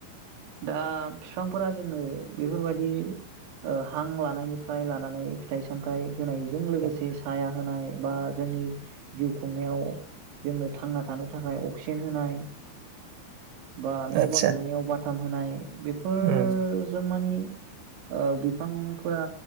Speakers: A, on the right (about 70°); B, on the right (about 85°).
A: दा बिफांफोरा जोंनो बेफोरबायदि हां लानायनिफ्राय लानानै फिथाइ सामथाइ होनायजों लोगोसे
B: औ
A: साया होनाय बा जोंनि जिउ खुंनायाव जोंनो थांना थानो थाखाय अक्सिजेन होनाय बा न'
B: आतसा
A: बां लुनायाव बाथ <inaudible> बेफोर
B: उम
A: ज मानि बिफांफोरा